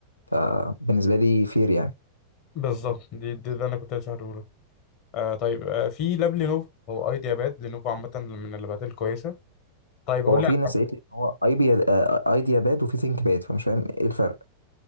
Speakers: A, on the left; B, on the left.
A: فبالنسبه لي فير يعني
B: بالظبط دي, دي ده انا كنت هسأله آه طيب آه في لاب لينوفو هو ايديا باد لينوفو عامة من اللابات الكويسة طيب أقول
A: هو في
B: لك
A: ناس قالت لي ان هو ايديا ايديا باد وفي ثينك باد فمش فاهم ايه الفرق